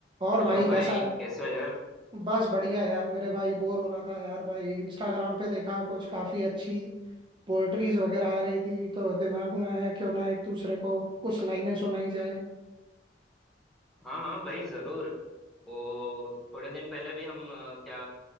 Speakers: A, on the right; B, in the centre.
A: और
B: Hello
A: भाई
B: भाई
A: कैसा है
B: कैसे हो यार
A: बस बढ़िया यार मेरे भाई बोर हो रहा था यार भाई इंस्टाग्राम पे देखा कुछ काफी अच्छी पोएट्रीज वगैरह आ रही थी तो दिमाग में आया क्यों ना एक दूसरे को कुछ लाइनें सुनाई जाए
B: हाँ हाँ भाई जरूर वो थोड़े दिन पहले भी हम अ, क्या